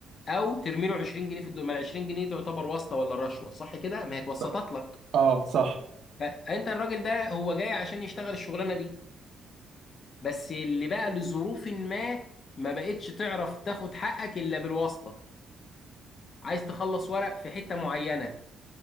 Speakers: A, on the left; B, on the right.
A: او ترمي له 20 جنيه في الدول ما ال 20 جنيه دي تعتبر واسطه ولا رشوه صح كده ما هي اتوسطت
B: صح
A: لك
B: اه صح
A: فانت الراجل ده هو جاي عشان يشتغل الشغلانه دي بس اللي بقى لظروف ما ما بقتش تعرف تاخد حقك الا بالواسطه عايز تخلص ورق في حته معينه